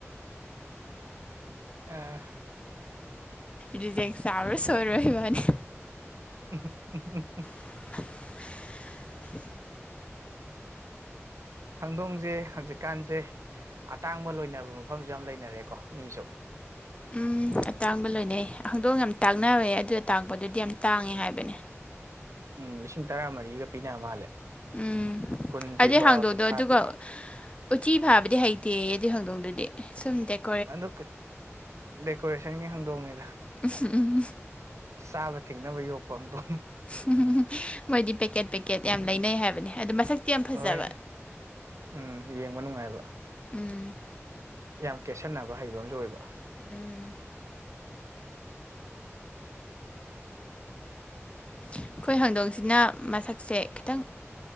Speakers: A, on the right; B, on the left.
A: ꯑꯥ
B: ꯔꯤꯖꯦꯛ ꯆꯥꯕ ꯁꯣꯏꯔꯣꯏ ꯏꯕꯥꯟꯅꯤ
A: <unintelligible>
B: <unintelligible>
A: ꯍꯧꯗꯣꯡꯁꯦ ꯍꯧꯖꯤꯛꯀꯥꯟꯁꯦ ꯑꯇꯥꯡꯕ ꯂꯣꯏꯅꯕ ꯃꯐꯝꯁꯨ ꯌꯥꯝ ꯂꯩꯅꯔꯦꯀꯣ ꯃꯤꯁꯨ
B: ꯎꯝ ꯑꯇꯥꯡꯕ ꯂꯣꯏꯅꯩ ꯍꯧꯗꯣꯡ ꯌꯥꯝ ꯇꯥꯡꯅꯕꯅꯦ ꯑꯗꯨ ꯑꯇꯥꯡꯛꯗꯨꯗꯤ ꯌꯥꯝ ꯇꯥꯡꯉꯦ ꯍꯥꯏꯕꯅꯦ
A: ꯎꯝ ꯂꯤꯁꯤꯡ ꯇꯔꯥꯃꯔꯤꯒ ꯄꯤꯅ ꯃꯥꯜꯂꯦ
B: ꯎꯝ
A: ꯀꯨꯟ ꯄꯤꯕ
B: ꯑꯗꯨ ꯍꯧꯗꯣꯡꯗꯣ
A: ꯀꯨꯟꯊ꯭ꯔꯥ
B: ꯑꯗꯨꯒ
A: ꯄꯤꯕ
B: ꯎꯆꯤ ꯐꯥꯕꯗꯤ ꯍꯩꯇꯦꯌꯦ ꯑꯗꯨꯏ ꯍꯧꯗꯣꯡꯗꯨꯗꯤ ꯁꯨꯝ ꯗꯦꯛ
A: ꯑꯗꯨ ꯗꯦꯀꯣꯔꯦꯁꯟꯒꯤ ꯍꯥꯡꯗꯣꯡꯉꯤꯗ
B: ꯎꯝ ꯎꯝ ꯎꯝ ꯎꯝ
A: ꯆꯥꯕ ꯊꯤꯡꯅꯕ ꯌꯣꯛꯄ ꯑꯗꯣ
B: ꯎ ꯃꯣꯏꯗꯤ ꯄꯦꯀꯦꯠ ꯄꯦꯀꯦꯠ ꯌꯥꯝ ꯂꯩꯅꯩ ꯍꯥꯏꯕꯅꯦ ꯑꯗꯨ ꯃꯁꯛꯇꯤ ꯌꯥꯝ ꯐꯖꯕ
A: ꯍꯣꯏ ꯎꯝ ꯌꯦꯡꯕ ꯅꯨꯡꯉꯥꯏꯕ
B: ꯎꯝ
A: ꯌꯥꯝ ꯀꯦꯠꯁꯟꯅꯕ ꯍꯩꯕ ꯑꯃꯁꯨ ꯑꯣꯏꯕ
B: ꯎꯝ <unintelligible> ꯑꯩꯈꯣꯏ ꯍꯧꯪꯗꯣꯡꯁꯤꯅ ꯃꯁꯛꯁꯦ ꯈꯤꯇꯪ